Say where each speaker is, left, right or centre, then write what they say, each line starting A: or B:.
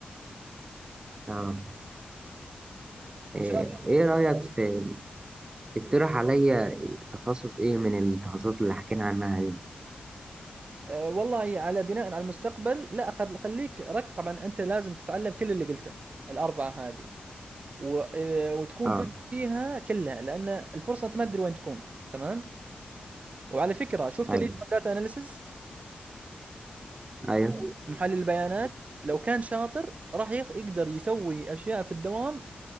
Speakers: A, on the right; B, on the right.
A: اه
B: ان
A: ايه
B: شاء الله
A: إيه رأيك في اقترح عليا تخصص ايه من التخصصات اللي حكينا عنها دي
B: أه والله على بناء على المستقبل لا أخل- خليك رك طبعا انت لازم تتعلم كل اللي قلته الاربعه هذه و... آه، وتكون
A: اه
B: فاهم فيها كلها لان الفرصه انت ما تدري وين تكون تمام وعلى فكره شفت
A: ايوه
B: اللي داتا اناليسز
A: ايوه
B: محلل البيانات لو كان شاطر راح يخ- يقدر يسوي اشياء في الدوام